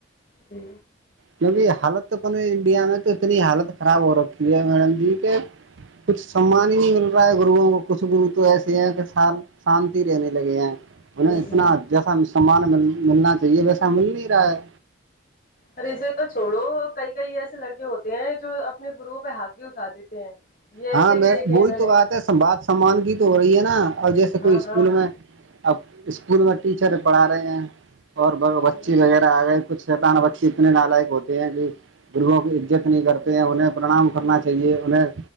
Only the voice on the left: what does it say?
جی
جی
ار اسے تو چھوڑو کئی کئی ایسے لڑکے ہوتے ہیں جو اپنے گروؤں پہ ہاتھ بھی اٹھا دیتے ہیں یہ ایسے
بھی
دیکھے
ہیں نے
ہاں
ہاں
جی
جی